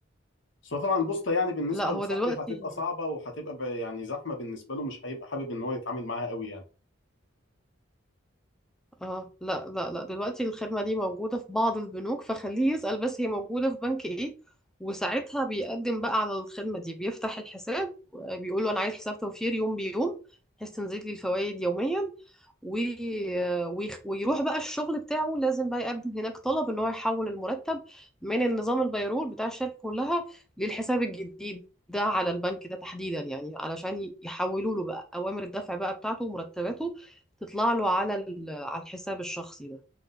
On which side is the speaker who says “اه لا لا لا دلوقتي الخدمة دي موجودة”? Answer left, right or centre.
Centre